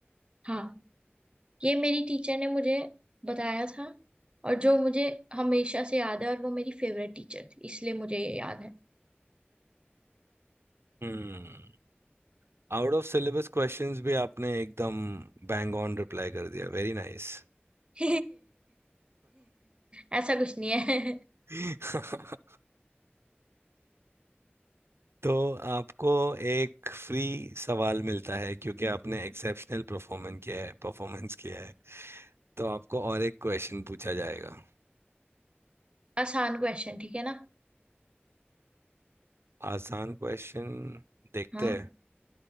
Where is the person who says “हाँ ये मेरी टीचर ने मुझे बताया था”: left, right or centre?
Right